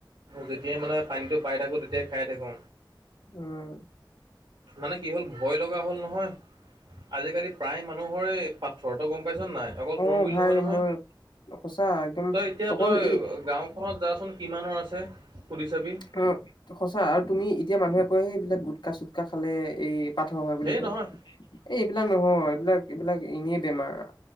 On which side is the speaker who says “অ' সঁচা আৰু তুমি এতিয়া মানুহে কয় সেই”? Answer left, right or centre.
Left